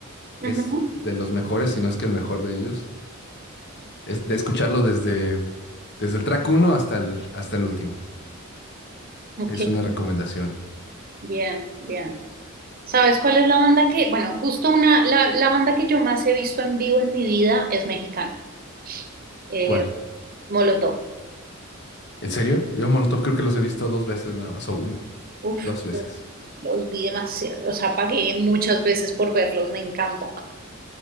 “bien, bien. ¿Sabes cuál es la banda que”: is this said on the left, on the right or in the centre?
Right